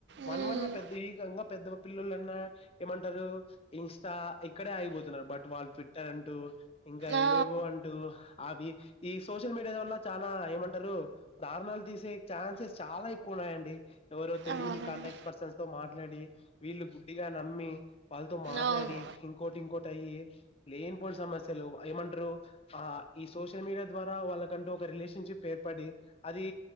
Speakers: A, on the left; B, on the right.
A: మనమన్న
B: ఉమ్,
A: పెద్ద ఏకంగా పెద్ద పిల్లలన్నా ఏమంటారు ఇంస్టా ఇక్కడే ఆయిపోతున్నారు బట్ వాళ్ళు ట్విట్టర్ అంటూ ఇంకా
B: ఆ
A: ఏవేవో అంటూ అవి ఈ సోషల్ మీడియాల వల్ల చాలా ఏమంటారు దారుణాలు తీసే ఛాన్సెస్ చాలా ఎక్కువ ఉ న్నాయండి ఎవరో తెలియని
B: అవునండి
A: కాంటాక్ట్ పర్సన్స్ తో మాట్లాడి వీళ్ళు గుడ్డిగా నమ్మి వాళ్ళతో మాట్లాడి
B: అవును
A: ఇంకోటి ఇంకోటి అయ్యి లేనిపోని సమస్యలు ఏమంటారు ఆ ఈ సోషల్ మీడియా ద్వారా వాళ్ళకంటూ ఒక రిలేషన్షిప్ ఏర్ పడి అది